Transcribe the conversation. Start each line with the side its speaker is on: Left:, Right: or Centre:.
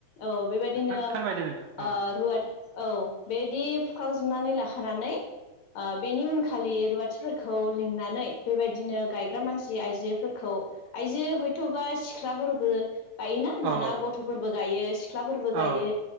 Left: औ बेबायदिनो
Right: नोंथां फोरमायदो नोंथां
Left: ओ
Right: औ
Left: रुवाद औ बेदि फुखजोबनानै लाखानानै ओ बेनि उनखालि रुवाथिफोरखौ लिंनानै बेबायदिनो गायग्रा मानसि आइजोफोरखौ आयजो हयथ'बा सिख सिख्लाफोरबो बाय दाना
Right: औ
Left: गथ'फोरबो गायो। ख्लाफोरबो गायो
Right: औ